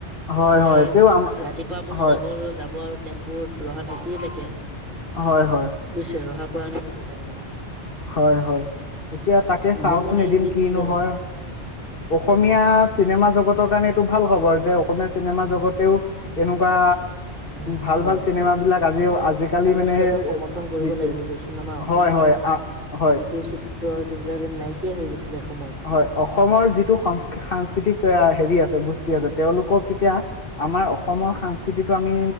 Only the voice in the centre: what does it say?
আপোনাৰ
ৰাতিপুৱা আপুনি
যাবলৈ যাব আৰু টেম্পু ৰহাত ৰখিয়ে থাকে।
বুজিছে ৰহাৰ পৰা আমি যাব পাৰিম আৰু।
মোৰ মানে এইকেইদিন
কি জানে
অ',
হয়,
হয়।
আমি
সিহঁতক সমৰ্থন কৰিব
লাগিব দিয়কচোন আমাৰ অসমৰ
যিটো চিত্ৰ এইটোবিলাক নাইকিয়া হৈ গৈছিলে এ সময়ত।